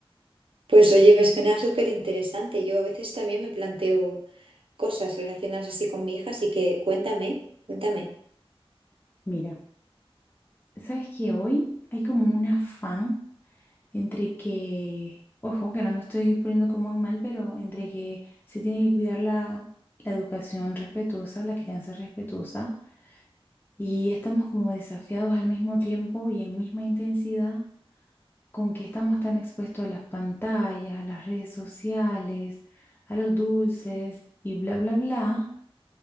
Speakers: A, on the right; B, on the left.
A: Pues oye, me suena súper interesante. Yo a veces también me planteo cosas relacionadas así con mi hija, así que cuéntame, cuéntame.
B: <laughs> Mira. Sabes que hoy hay como un afán entre que, ojo, que no lo estoy poniendo como en mal, pero entre que se tiene que cuidar la, la educación respetuosa, la crianza respetuosa, y estamos como desafiados al mismo tiempo y en misma intensidad con que estamos tan expuestos a las pantallas, a las redes sociales, a los dulces y bla, bla, bla